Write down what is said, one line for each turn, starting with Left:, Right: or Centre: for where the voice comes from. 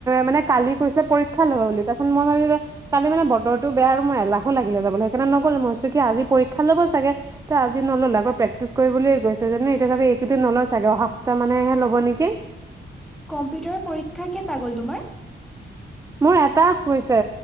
Right: মানে কালি কৈছিলে পৰীক্ষা ল'ব বুলি তাৰপিছত মই ভাবিলো কালি মানে বতৰটো বেয়া আৰু মোৰ এলাহো লাগিলে যাবলে। সেইকাণে নগলো মই। ভাবিছো কি, আজি পৰীক্ষা ল'ব চাগে। আজি নল'লে আকৌ প্ৰেক্টিছ কৰিবলৈ কৈছে তেনে এতিয়া নলয় চাগে এইকেইদিন নলয় ছাগে অহা সপ্তাহতে ল'ব নেকি
Centre: কম্পিউটাৰৰ পৰীক্ষা কেটা গ'ল তোমাৰ?
Right: মোৰ এটা হৈছে